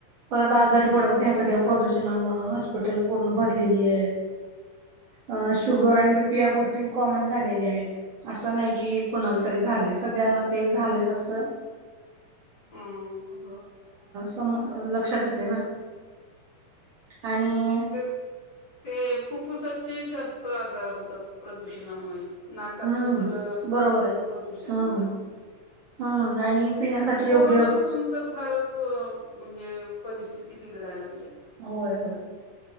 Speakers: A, on the right; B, on the left.
A: परत आजारी
B: हम्म
A: पडतात ह्या सगळ्या, प्रदूषणामुळे हॉस्पिटल पूर्ण भरलेली हायत. अ
B: हम्म
A: शुगर आणि बीपी या गो कॉमन झालेले आहेत. असं नाही की कुणाला तरी झाले सगळ्यांना ते झालं असं,
B: हम्म बर,
A: त्यामुळं लक्षात येते ना, आणि
B: ते ते फुफ्फुसाचे जास्त आजार होतात प्रदूषणामुळे नाकातून
A: हम्म
B: सगळं
A: बरोबर आहे.
B: प्रदूषण
A: हम्म
B: जातं.
A: हम्म आणि, पिण्यासाठी
B: ते कोरोनापासून
A: योग्य
B: तर फारच, म्हणजे परिस्थिती बिघडाय लागली. आता.
A: होय होय,